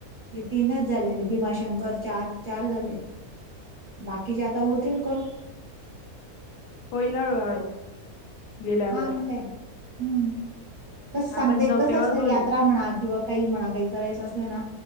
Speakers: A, on the right; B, on the left.
A: हे तीनच झालेय. भीमाशंकर चार. चार झाले. बाकीचे आता होतील करू.
B: होईल हळूहळू गेल्यावर
A: हा. म काय? हम्म. कस सांगते.
B: आपण जाऊ
A: कसं
B: तेव्हाच
A: असतं
B: होईल.
A: यात्रा म्हणा किंवा काही म्हणा काही करायचं असल ना?